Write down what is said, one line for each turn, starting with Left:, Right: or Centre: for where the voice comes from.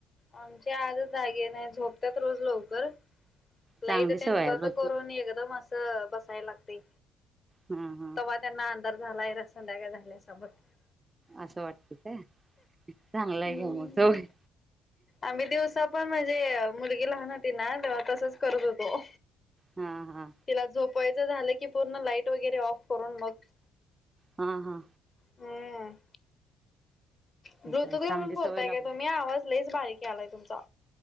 Left: आमचे आजचं जागे नाहीत झोपतात रोज लवकरं लाईट
Right: चांगली सवय
Left: तेन बंद
Right: आहे रोजची
Left: करून एकदमं असं बसायला लागतंय.
Right: हा हा.
Left: तवा त्यांना अंधार झालायं र संध्याकाळ झाल्या समजतं.
Right: असं वाटत ते चांगलंय
Left: हम्म,
Right: घेऊ मग जाऊदे
Left: आम्ही दिवसा पणं म्हणजे मुलगी लहान होती ना तेव्हा तसचं करत होतो
Right: हा हा
Left: तिला झोपावायचं झालं की पूर्ण लाईट वगैरे ऑफ करून मगं
Right: हा हा.
Left: हम्म. ब्लूटूथ
Right: तसं आहे चांगली
Left: घालून बोलताय
Right: सवय लागली
Left: का तुम्ही आवाज लईच बारीक यालाय तुमचा?